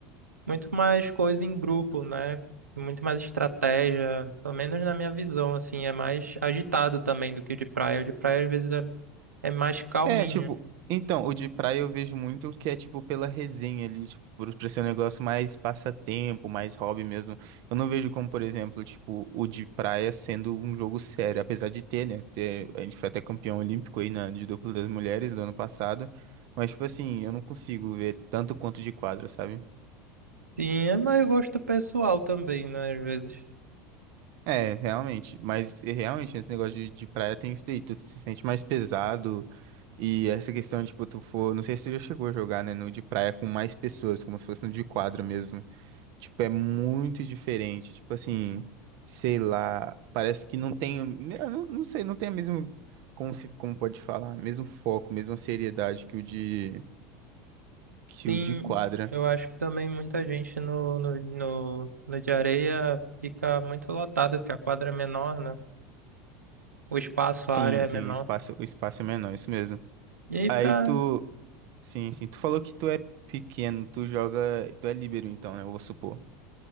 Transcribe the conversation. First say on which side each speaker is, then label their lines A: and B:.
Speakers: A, on the right; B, on the right.
A: muito mais coisa em grupo, né? Muito mais estratégia, pelo menos na minha visão, assim, é mais agitado também do que o de praia. O de praia às vezes é, é mais calminho.
B: É, tipo, então, o de praia eu vejo muito que é, tipo, pela resenha ali, tipo, por por ser um negócio mais passatempo, mais hobby mesmo. Eu não vejo como, por exemplo, tipo, o de praia sendo um jogo sério, apesar de ter, né? Ter, a gente foi até campeão olímpico aí na, de duplo das mulheres do ano passado, mas, tipo assim, eu não consigo ver tanto quanto de quadra, sabe?
A: Sim, é mais gosto pessoal também, né? Às vezes.
B: É, realmente. Mas e, realmente, esse negócio de, de praia tem isso daí. Tu se sente mais pesado. E essa questão, de tipo, tu for. Não sei se tu já chegou a jogar, né? No de praia com mais pessoas, como se fosse no de quadra mesmo. Tipo, é muito diferente. Tipo assim, sei lá. Parece que não tem. Eu não, não sei, não tem a mesma. Como se, como pode falar? Mesmo foco, mesma seriedade que o de, que
A: Sim,
B: o de quadra.
A: eu acho que também muita gente no, no, no, no de areia fica muito lotada, porque a quadra é menor, né? O espaço,
B: Sim,
A: a área é
B: sim,
A: menor.
B: o espaço, o espaço é menor, isso mesmo.
A: E aí
B: Aí
A: fica.
B: tu. Sim, sim. Tu falou que tu é pequeno, tu joga, tu é líbero então, né? Eu vou supor.